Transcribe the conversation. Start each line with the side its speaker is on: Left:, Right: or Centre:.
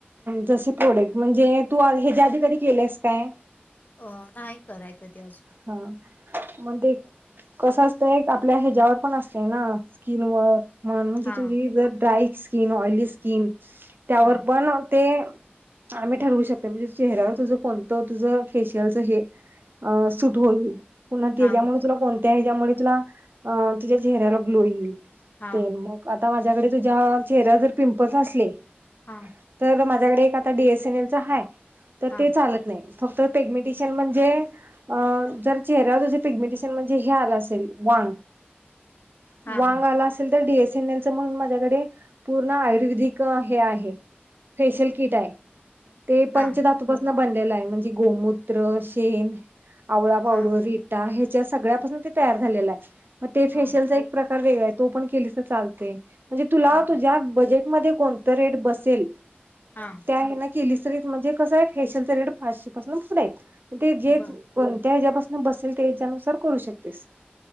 Right: जसे प्रॉडक्ट, म्हणजे तू ह्याच्या आधी कधी केलेस काय?
Left: अ नाही कराय कधी अजून.
Right: हां, मंग ते कसं असतंय आपल्या ह्याच्यावर पण असतंय ना स्किनवर म्हन, म्हणजे
Left: हां
Right: तुझी जर ड्राय स्किन, ऑइली स्किन त्यावर
Left: हां
Right: पण ते आम्ही ठरवू शकतोय, म्हणजे चेहऱ्यावर तुझं कोणतं तुझ फेशियलचं हे सुट होईल, पुन्हा
Left: हां
Right: त्याच्यामुळे तुला कोणत्या हेच्यामुळे तुला तुझ्या चेहऱ्याला ग्लो येईल.
Left: हां
Right: तेन मग आता माझ्याकडे तुझ्या चेहऱ्यावर जर पिंपल्स असले
Left: हां.
Right: तर माझ्याकडे एक आता डी एस एन एल च हाय तर
Left: हां
Right: ते चालत नाही. फक्त पेगमेटिशयन म्हणजे अ जर चेहऱ्यावर तुझी पिग्मेंटेशन म्हणजे हे आलं असेल वांग
Left: हां
Right: वांग
Left: हां
Right: आला असेल तर डी एस एन एल च मंग माझ्याकडे पूर्ण आयुर्वेदिक हे आहे फेशियल किट हाय, ते
Left: हां
Right: पंचधातू पासन बनलेलं हाय, म्हणजे गोमूत्र, शेन आवळा पावडर,
Left: हां
Right: रिटा, ह्याच्या सगळ्यापासून ते तयार झालेलं हाय, मग ते
Left: हां
Right: फेशियलच एक प्रकार वेगळा हाय, तो पण केलीस तर चालतंय, म्हणजे तुला
Left: हां
Right: तुज्या बजेटमध्ये कोणतं रेट बसेल
Left: हां.
Right: त्या हेण केलिस तरी म्हणजेच कस फेशेल च रेट पाचशे पासून पुढ आहेत, ते जे
Left: बरं
Right: कोणत्या हेच्यापासन बसेल त्या हिच्यानुसार करू शकतेस.